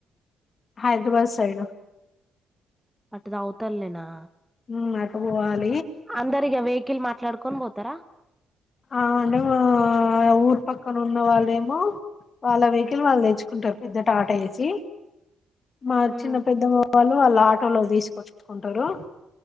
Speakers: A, on the left; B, in the centre.
A: హైదరాబాద్ సైడు
B: అటుది అవుతల్ నేనా
A: ఉమ్ అటు ఒవాలే
B: అందరిగా వెహికల్ మాట్లాడుకొన్ బోత్ త్తర
A: ఆ అంటే మా ఊరు పక్కన ఉన్న వాళ్ళేమో వాళ్ళ వెహికల్ వాళ్ళు తెచ్చుకుంటారు పెద్ద టాట ఏసి మా
B: ఉమ్,
A: చిన్న పెద్దమ్మ వాళ్ళు వాళ్లట్ ఆటోలో తీసుకొచ్చుకుంటారు